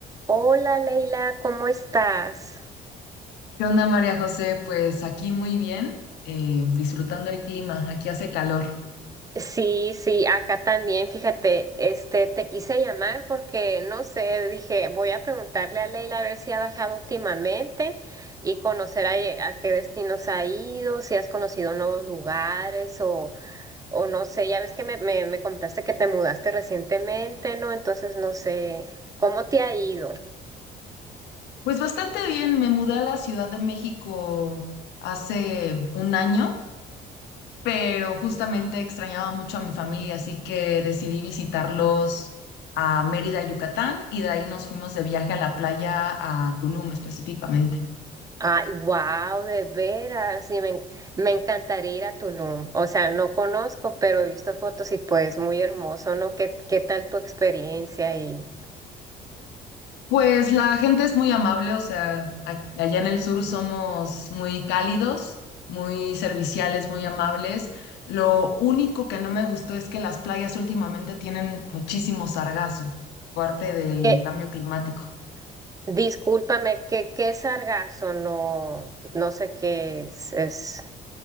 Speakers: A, on the right; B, on the left.
A: Hola Leila, ¿cómo estás?
B: ¿Qué onda, María José? Pues aquí muy bien, eh, disfrutando el clima, aquí hace calor.
A: Sí, sí, acá también, fíjate, este, te quise llamar porque, no sé, dije, voy a preguntarle a Leila a ver si ha bajado últimamente y conocer a, eh, a qué destinos ha ido, si has conocido nuevos lugares o, o no sé, ya ves que me, me, me comentaste que te mudaste recientemente, ¿no? Entonces, no sé, ¿cómo te ha ido?
B: Pues bastante bien, me mudé a la Ciudad de México hace un año, pero justamente extrañaba mucho a mi familia, así que decidí visitarlos a Mérida, Yucatán, y de ahí nos fuimos de viaje a la playa a Tulum específicamente.
A: Ay, wow, de veras, sí, me, en- me encantaría ir a Tulum. O sea, no conozco, pero he visto fotos y pues muy hermoso, ¿no? ¿Qué, qué tal tu experiencia? Y
B: Pues la gente es muy amable, o sea, a- allá en el sur somos muy cálidos, muy serviciales, muy amables. Lo único que no me gustó es que las playas últimamente tienen muchísimo sargazo, parte del
A: que,
B: cambio climático.
A: discúlpame, ¿qué, qué es sargazo? No, no sé qué es, es.